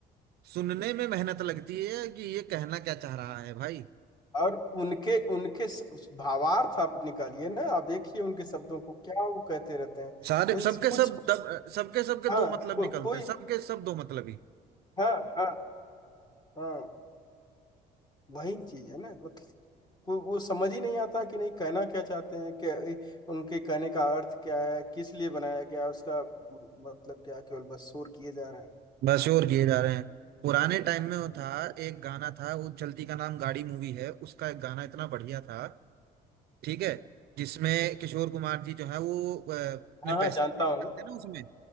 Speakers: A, on the right; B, on the left.
A: सुनने में मेहनत लगती है कि ये कहना क्या चाह रहा है भाई
B: और उनके उनके स- भावार्थ आप निकालिए ना आप देखिए उनके शब्दों को क्या वो कहते रहते हैं
A: सारे
B: मीन्स
A: सबके
B: कुछ
A: सब दब, सबके सबके
B: हाँ
A: दो मतलब
B: को,
A: निकलते
B: कोई
A: हैं सबके सब दो मतलब ही
B: हाँ हाँ हाँ वही चीज है ना मतलब को, वो समझ ही नहीं आता कि नहीं कहना क्या चाहते हैं क्या उनके कहने का अर्थ क्या है किस लिए बनाया गया उसका म- मतलब क्या केवल बस शोर किए जा रहे हैं
A: बस और किए जा रहे हैं पुराने टाइम
B: हाँ
A: में वो
B: हाँ
A: था एक गाना था वो चलती का नाम गाड़ी मूवी है उसका एक गाना इतना बढ़िया था ठीक है जिसमें किशोर कुमार जी जो है वो अ, अपने
B: हाँ हाँ,
A: पैसे
B: जानता
A: लेने
B: हूँ
A: जाते हैं ना उसमें